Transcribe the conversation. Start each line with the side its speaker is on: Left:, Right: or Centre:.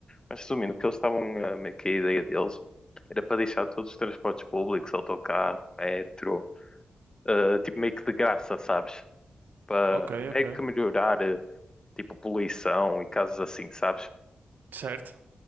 Left: Mas resumindo, o que eles estavam a meio que a ideia deles era para deixar todos os transportes públicos, autocarro, metro, eh, tipo meio que de graça, sabes? Para
Right: Ok,
Left: meio
Right: ok.
Left: que melhorar, eh, tipo, poluição e casos assim, sabes?
Right: Certo?